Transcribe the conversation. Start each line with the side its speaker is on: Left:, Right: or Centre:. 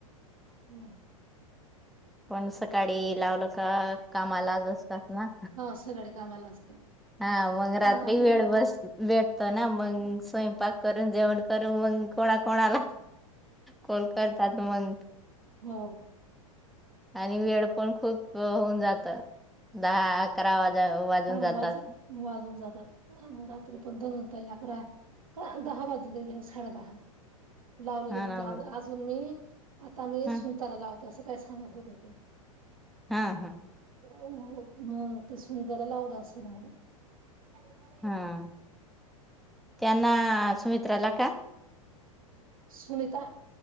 Right: हम
Centre: पण सकाळी लावलं का कामा ला आज असतात ना
Right: हा सगळे कामाला असतात
Centre: हा मग रात्री
Right: आपलं
Centre: वेळ बस भेटतो ना मग स्वयंपाक करून जेवण करून मग कोणा कोणाला कॉल करतात मग
Right: हो
Centre: आणि वेळ पण खूप होऊन जात दहा अकरा अकरा वाजून
Right: हो
Centre: जातात
Right: वाज वाजून जातात <inaudible> त्रिपंधन होता याकरा दहा वाजून साडेदहा लावलेले
Centre: हा
Right: होते
Centre: ना
Right: अजून मी आता मी
Centre: हा
Right: सुमता लावते तसं काय सांगत होते ते
Centre: हा-हा,
Right: हो ह ते मग. तुम्ही त्याला लावला असेल म्हणून. <unintelligible>
Centre: हा त्यांना सुमित्राला का?
Right: सुनीता.